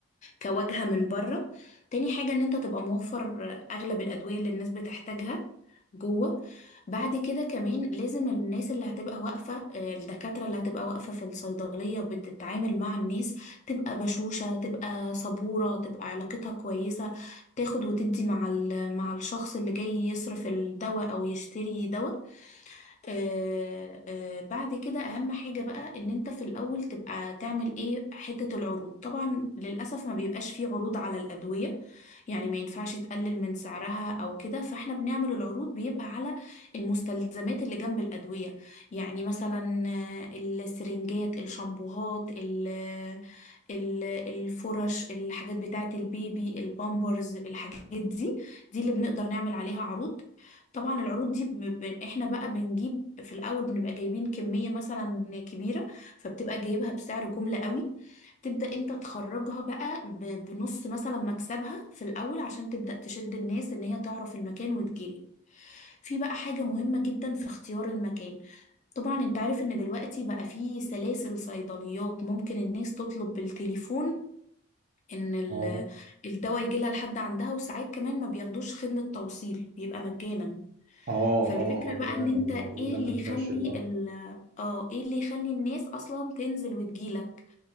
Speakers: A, on the left; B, on the right.
A: كواجهه من بره تاني حاجه ان انت تبقى موفر اغلب الادويه اللي الناس بتحتاجها جوه بعد كده كمان لازم الناس اللي هتبقى واقفه آه، الدكاتره اللي هتبقى واقفه في الصيدليه بتتعامل مع الناس تبقى بشوشه تبقى صبوره تبقى علاقتها كويسه تاخد وتدي مع ال- مع الشخص اللي جاي يصرف الدواء او يشتري دواء آه آه بعد كده اهم حاجة بقى ان انت في الاول تبقى تعمل ايه حتة العروض طبعا للأسف ما بيبقاش فيه عروض على الأدوية يعني ما ينفعش تقلل من سعرها او كده فاحنا بنعمل العروض بيبقى على المستلزمات اللي جنب الأدوية يعني مثلا آه، السرنجات الشامبوهات ال- ال- الفرش الحاجات بتاعة البيبي البامبرز الحاجات دي دي اللي بنقدر نعمل عليها عروض طبعا العروض دي ب... ب... احنا بقى بنجيب في الاول بنبقى جايبين كمية مثلا كبيرة فبتبقى جايبها بسعر جملة قوي تبدأ انت تخرجها بقى ب... بنص مثلا مكسبها في الاول عشان تبدأ تشد الناس ان هي تعرف المكان وتجيلي في بقى حاجة مهمة جدا في اختيار المكان طبعا انت عارف ان دلوقتي بقى في سلاسل صيدليات ممكن الناس تطلب بالتليفون ان ال-
B: اه
A: الدواء يجيلها لحد عندها وساعات كمان ما بياخدوش خدمة توصيل بيبقى مجانا
B: اه
A: فالفكرة
B: اه آه،
A: بقى
B: فعلا
A: ان انت
B: الموضوع
A: ايه
B: ده منتشر
A: اللي يخلي
B: اكتر
A: ال اه ايه اللي يخلي الناس اصلا تنزل وتجيلك